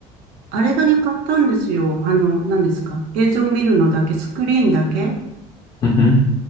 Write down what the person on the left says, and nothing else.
うんうん。